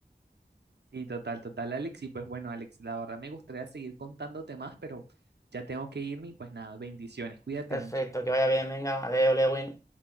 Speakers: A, on the right (about 75°); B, on the left (about 20°).
A: Sí, total, total, Alex. Y pues bueno, Alex, la verdad me gustaría seguir contándote más, pero ya tengo que irme y pues nada, bendiciones. Cuídate
B: Perfecto,
A: mucho.
B: que vaya bien, venga, adeo, Lewin.